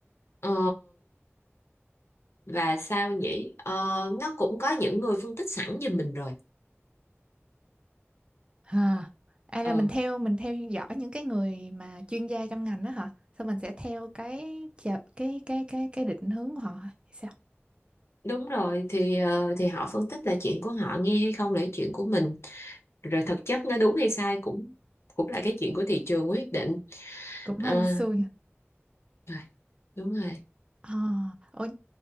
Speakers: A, on the left (about 65°); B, on the right (about 20°).
A: Ờ, và sao nhỉ ờ, nó cũng có những người phân tích sẵn giùm mình rồi
B: À, à
A: ừ
B: là mình theo mình theo dõi những cái người mà chuyên gia trong ngành đó hả? Xong mình sẽ theo cái chợ- cái cái cái cái định hướng của họ hả? Hay sao?
A: đúng rồi thì ờ, thì họ phân tích là chuyện của họ nghe hay không là chuyện của mình rồi thực chất nó đúng hay sai cũng cũng là cái chuyện của thị trường quyết định
B: Cũng
A: à,
B: hên xui nhỉ.
A: rồi đúng rồi
B: À, ồ,